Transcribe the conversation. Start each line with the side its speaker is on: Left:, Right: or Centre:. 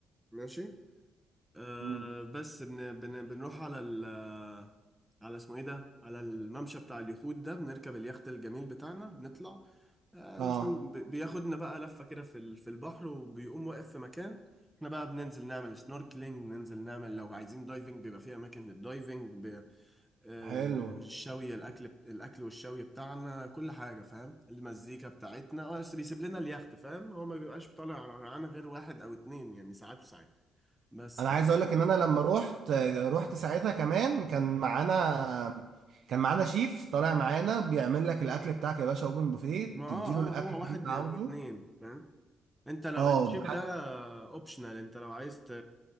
Centre: ماشي آه،
Right: مم.
Centre: بس بن بن بنروح على ال على اسمه ايه ده على الممشى بتاع اليخوت ده بنركب اليخت الجميل بتاعنا نطلع آه،
Right: اه
Centre: نشوف. ب- بياخدنا بقى لفة كده في ال- في البحر وبيقوم واقف في مكان احنا بقى بننزل نعمل سنوركلينج ننزل نعمل لو عايزين دايفنج بيبقى في اماكن للدايفنج ب- آه،
Right: حلو
Centre: الشوي الاكل بت- الاكل والشوي بتاعنا كل حاجة فاهم المزيكا بتاعتنا اه بس بيسيب لنا اليخت فاهم هو ما بيبقاش طالع معانا غير واحد او اتنين يعني ساعات وساعات بس
Right: انا عايز اقول لك ان انا لما رحت رحت ساعتها كمان كان معانا كان معانا شيف طالع معانا بيعمل لك الاكل بتاعك يا باشا اوبن بوفيه
Centre: ما اه
Right: تديله الاكل
Centre: اه هو واحد
Right: اللي انت عاوزه
Centre: او اتنين فاهم انت لو
Right: اه
Centre: انت شايف
Right: حد-
Centre: ده اوبشنال انت لو عايز ت...